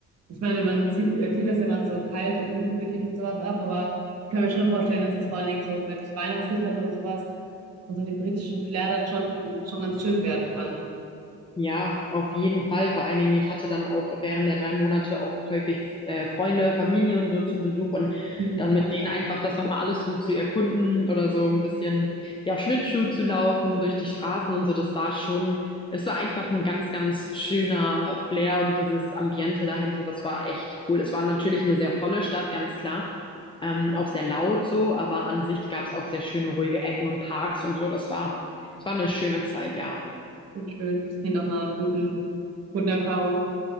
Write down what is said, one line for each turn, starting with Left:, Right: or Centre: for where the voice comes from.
Right: Ich meine, man zieht, äh, tut das ja immer so kalt und ungemütlich und sowas ab, aber ich kann mir schon vorstellen, dass das vor allen Dingen so mit Weihnachtslichtern oder sowas und so dem britischen Flair dann schon, schon ganz schön werden kann.
Left: Ja, auf jeden Fall. Vor allen Dingen, ich hatte dann auch während der drei Monate auch häufig äh, Freunde, Familie und so zu Besuch und
Right: Mhm.
Left: dann mit denen einfach das nochmal alles so zu erkunden oder so ein bisschen, ja, Schlittschuh zu laufen durch die Straßen und so. Das war schon, es war einfach ein ganz, ganz schöner Flair und dieses Ambiente dahinter, das war echt cool. Es war natürlich eine sehr volle Stadt, ganz klar. Ähm, auch sehr laut so, aber an sich gab es auch sehr schöne, ruhige Ecken und Parks und so. Das war, das war eine schöne Zeit, ja.
Right: Und schön, das klingt nach einer guten, guten Erfahrung.